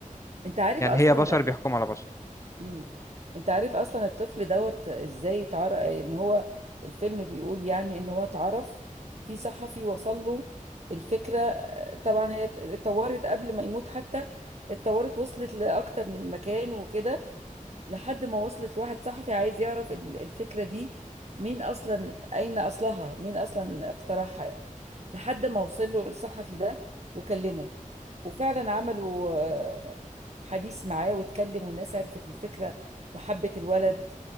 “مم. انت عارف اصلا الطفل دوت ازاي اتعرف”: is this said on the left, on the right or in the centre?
Right